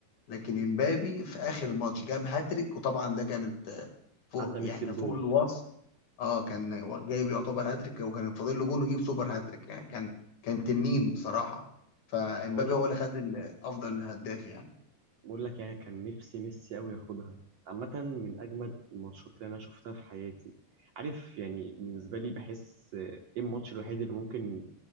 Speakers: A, on the left (about 55°); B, on the right (about 65°).
A: لكن امبابي في اخر الماتش جاب هاتريك وطبعا ده كانت آه، فوق
B: عدى
A: يعني
B: ميسي بجول
A: فوق الوصف اه كان و- جايب يعتبر هاتريك وكان فاضل له جون ويجيب سوبر هاتريك يعني كان كان تنين بصراحه فامبابي
B: بقول
A: هو اللي خد ال- افضل هداف يعني
B: بقول لك يعني كان نفسي ميسي قوي ياخدها عامه من اجمد الماتشات اللي انا شفتها في حياتي عارف يعني بالنسبه لي بحس آه، ايه الماتش الوحيد اللي ممكن